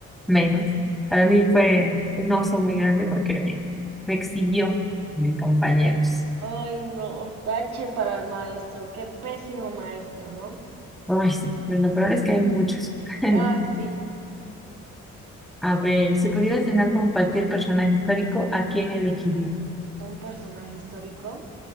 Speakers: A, in the centre; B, on the right.
A: menos. Para mí fue un oso muy grande porque me, me exhibió mis compañeros.
B: Ay, no, tache para el maestro, qué pésimo maestro, ¿no?
A: Ay, sí, pero lo peor es que hay muchos. <laughs>
B: Ah, sí,
A: A ver, si pudiera cenar con cualquier personaje histórico, ¿a quién elegiría?
B: un personaje histórico